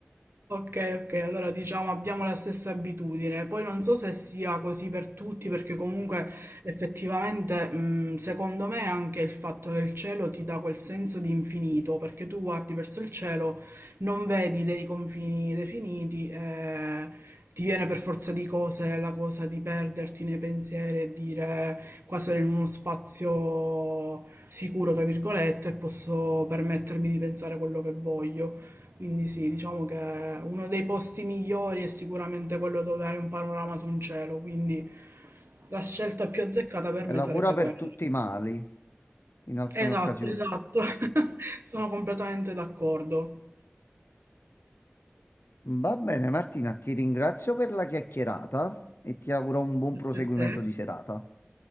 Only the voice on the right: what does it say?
Ok, ok, allora diciamo abbiamo la stessa abitudine. Poi non so se sia così per tutti, perché comunque effettivamente, mh, secondo me anche il fatto che il cielo ti dà quel senso di infinito, perché tu guardi verso il cielo, non vedi dei confini definiti, eh, ti viene per forza di cose la cosa di perderti nei pensieri e dire qua sono in uno spazio sicuro, tra virgolette, e posso permettermi di pensare quello che voglio. Quindi sì, diciamo che uno dei posti migliori è sicuramente quello dove hai un panorama su un cielo, quindi la scelta più azzeccata per
me
sarebbe
quella.
Esatto,
esatto. <laughs> Sono completamente d'accordo.
Grazie
a te.